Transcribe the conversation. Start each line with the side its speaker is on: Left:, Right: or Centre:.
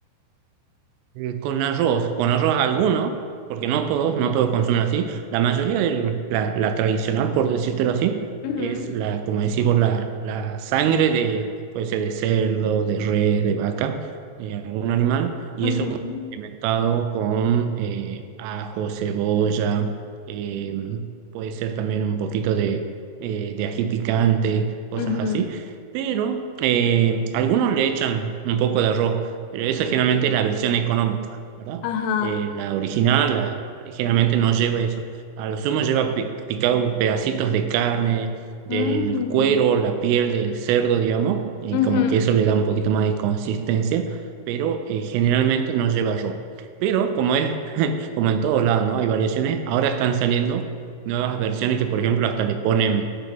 Right: Eh, Con arroz, con arroz alguno, porque no todos, no todos consumen así. La mayoría de lo- la, la tradicional, por decírtelo así,
Left: Ujú.
Right: es la, como decimos, la, la sangre de, puede ser de cerdo, de res, de vaca, de algún animal, y
Left: Ujú,
Right: eso bueno, alimentado con eh, ajo, cebolla, eh, puede ser también un poquito de, eh, de ají picante, cosas
Left: ujú,
Right: así. Pero eh, algunos le echan un poco de arroz pero esa generalmente es la versión económica, ¿verdad?
Left: Ajá.
Right: Eh, la original la- generalmente no lleva eso. A lo sumo lleva pi- picado pedacitos de carne, del
Left: mm,
Right: cuero, la piel del cerdo, digamos, y
Left: ujú,
Right: como que eso le da un poquito más de consistencia, pero eh, generalmente no lleva ron. Pero como es, <laughs> como en todos lados, ¿no? Hay variaciones, ahora están saliendo nuevas versiones que, por ejemplo, hasta le ponen